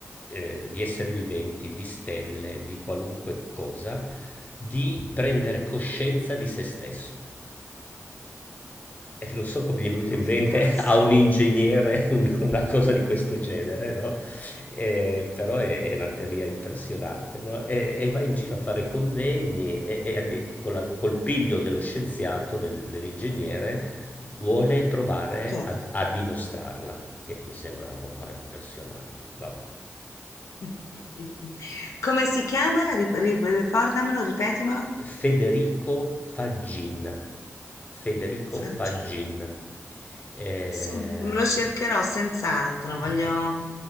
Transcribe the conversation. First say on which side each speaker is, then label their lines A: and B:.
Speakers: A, on the left (about 30°); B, on the left (about 85°).
A: eh, di esseri viventi, di stelle, di qualunque cosa, di prendere coscienza di se stesso. Eh, non so come gli è venuto
B: No,
A: in
B: fantastico.
A: mente <laughs> a un ingegnere una una cosa di questo genere, no, ehm, però è è una teoria impressionante, no, e e va in giro a fare convegni e e addi con la col piglio dello scienziato, del dell'ingegnere, vuole provare
B: Certo.
A: ad a dimostrarla, che mi sembra una roba impressionante, vabbè.
B: <laughs> Come si chiama? Rip- rip- ricordamelo, ripetimelo.
A: Federico Faggin. Federico
B: Saggina.
A: Faggin. Ehm,
B: Sì, me lo cercherò senz'altro. Voglio.
A: mh-mh.